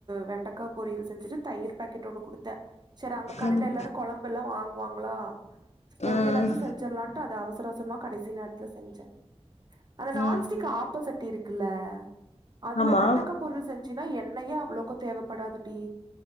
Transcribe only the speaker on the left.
ம்
ம்
ம்
ஆமா